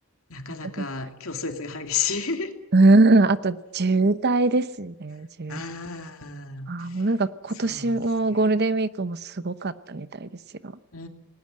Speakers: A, on the left (about 70°); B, on the right (about 50°).
A: なかなか競争率が激しい。
B: <laughs> うん、あと渋滞ですね、渋滞。
A: <laughs> ああ、
B: あー、もうなんか今年のゴールデンウィークもすごかったみたいですよ。
A: そうですね。うー